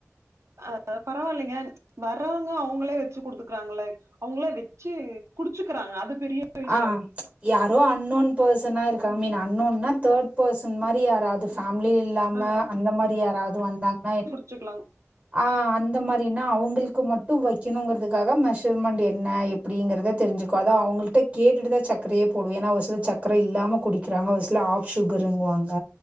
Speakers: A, on the right (about 65°); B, on the right (about 25°).
A: அ பரவால்லைங்க வர்றவங்க அவங்களே வச்சு குடுத்துக் குறாங்களே அவங்களே வெச்சு குடிச்சுக்கிறாங்க அது பெரிய விஷயோ
B: ஆ யாரோ அன்னோன் பர்சனா இருக்கா
A: ம்
B: மீன் அன்னோன்னா தேர்ட் பர்சன் மாரி யாராது இந்த ஃபேமிலி
A: ம்
B: இல்லாம
A: ஆ
B: அந்த மாரி யாராவது வந்தாங்கன்னா
A: வச்சுக்கலாம்
B: ஆ அந்த மாரினா அவங்களுக்கு மட்டும் வைக்கணுங்கிறதுக்காக மெஷர்மெண்ட் என்ன எப் டிங்கிறத தெரிஞ்சுக்கும் அதும் அவங்கள்ட்ட கேட்டுதான் சக்கரையே போடுவே ஏன்னா ஒரு சில சக்கர இல்லாம குடிக்கிறாங்க ஒரு சிலர் ஆப் சுகர் னு வாங்க